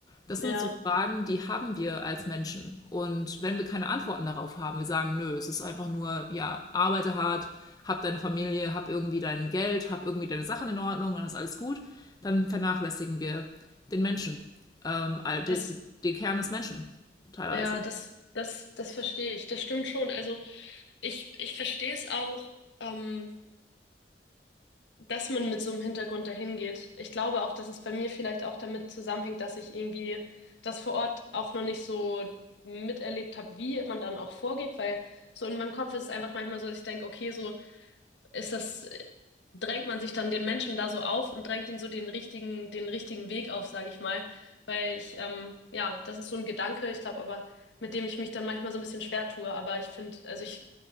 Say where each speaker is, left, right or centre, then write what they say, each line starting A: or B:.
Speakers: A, on the left; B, on the left.
A: Das sind
B: ja.
A: so Fragen, die haben wir als Menschen. Und wenn wir keine Antworten darauf haben, wir sagen, nö, es ist einfach nur, ja, arbeite hart, hab deine Familie, hab irgendwie dein Geld, hab irgendwie deine Sachen in Ordnung, dann ist alles gut, dann vernachlässigen wir den Menschen, ähm, all- den,
B: Das,
A: den Kern des Menschen teilweise.
B: ja, das, das, das verstehe ich. Das stimmt schon. Also ich, ich verstehe es auch, ähm, dass man mit so einem Hintergrund dahin geht. Ich glaube auch, dass es bei mir vielleicht auch damit zusammenhängt, dass ich irgendwie das vor Ort auch noch nicht so miterlebt habe, wie man dann auch vorgeht, weil so in meinem Kopf ist es einfach manchmal so, dass ich denke, okay, so ist das, drängt man sich dann den Menschen da so auf und drängt ihnen so den richtigen, den richtigen Weg auf, sage ich mal. Weil ich, ähm, ja, das ist so ein Gedanke, ich glaube aber, mit dem ich mich dann manchmal so ein bisschen schwer tue. Aber ich finde, also ich